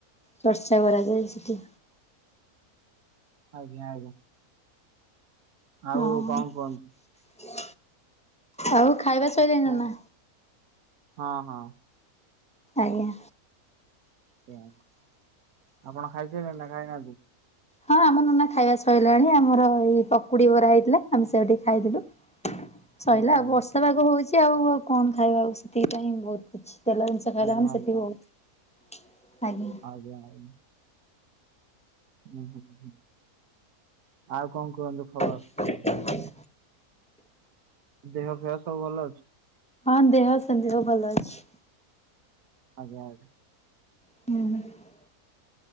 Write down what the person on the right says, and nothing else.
ଆଜ୍ଞା ଆଜ୍ଞା ଆଉ
କଣ କୁହନ୍ତୁ
କଣ
ହଁ ହଁ।
ଆଜ୍ଞା ଆପଣ ଖାଇ ସାଇଲେଣି ନା ଖାଇନାହାନ୍ତି
<inaudible>
ଆଜ୍ଞା
ଆଜ୍ଞା
ଆଜ୍ଞା।
ଆଜ୍ଞା। ହୁଁ ହୁଁ ହୁଁ, ଆଉ କଣ କୁହନ୍ତୁ? ଖବର
ଦେହ ଫେହ ସବୁ ଭଲ ଅଛି?
ଆଜ୍ଞା।